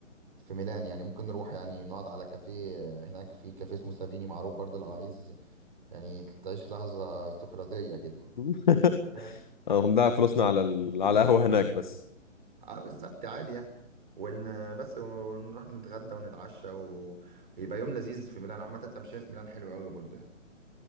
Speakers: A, on the right (about 40°); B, on the left (about 40°).
A: في ميلان يعني ممكن نروح يعني نقعد على كافيه آه، هناك في كافيه اسمه سافيني معروف برضه لو عايز يعني تعيش لحظة استقراطية كده
B: <laughs>
A: فاهم
B: هنضيع فلوسنا على ال... على قهوة هناك بس
A: اه بالظبط عادي يعني ون بس ونروح نتغدى ونتعشى و... ويبقى يوم لذيذ في ميلان عامة التمشية في ميلان حلوة قوي برضه يعني.